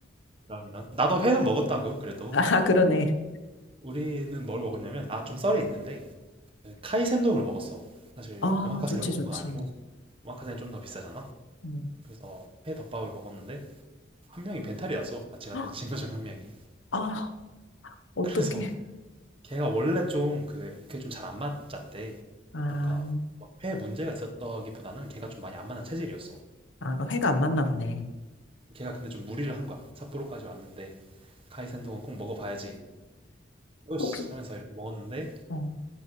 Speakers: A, on the right; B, on the left.
A: 이런, 이런. 나도 회는 먹었다고, 그래도.
B: 아, 그러네.
A: 우리는 뭘 먹었냐면, 아, 좀 썰이 있는데, 그 카이센동을 먹었어. 사실,
B: 아,
A: 오마카세를
B: 좋지,
A: 먹은
B: 좋지.
A: 건 아니고, 오마카세는 좀 더 비싸잖아.
B: 음.
A: 그래서 회 덮밥을 먹었는데 한 명이 배탈이 났어. 같이 갔던
B: 헉,
A: 친구 중 한 명이.
B: 아, 어떡해.
A: 그래서 걔가 원래 좀 그, 그게 좀 잘 안 맞았대.
B: 아,
A: 뭔가 막회 문제가 있었다기보다는 걔가 좀 많이 안 맞는 체질이었어.
B: 아, 그 회가 안 맞나 보네.
A: 걔가 근데 좀 무리를 한 거야. 삿포로까지 왔는데 카이센동은 꼭 먹어봐야지. 요시
B: 혹시,
A: 하면서 이렇게 먹었는데
B: 어,